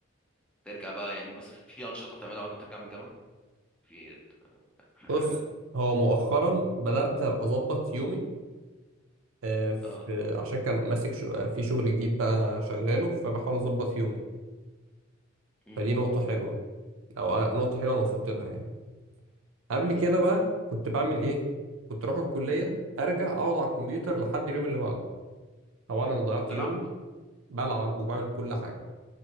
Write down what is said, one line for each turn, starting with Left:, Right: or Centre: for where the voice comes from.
Centre: ترجع بقى يعني مثلا في انشطه بتعملها بعد ما ترجع من الجامعه في
Right: بص
Centre: اي حاجه
Right: هو مؤخرا بدات أبقى اظبط يومي آه، في
Centre: اه
Right: عشان كان ماسك شو- آه، في شغل جديد بقى انا شغاله فبحاول اظبط يومي
Centre: امم
Right: فدي
Centre: ان
Right: نقطه حلوه او نقطه حلوه انا وصلت لها يعني قبل
Centre: شاء
Right: كده
Centre: الله
Right: بقى كنت بعمل ايه كنت اروح الكليه ارجع اقعد على الكمبيوتر لحد اليوم اللي بعده طبعا انا ضيعت
Centre: تقعد تلعب
Right: يومي بلعب وبعمل كل حاجه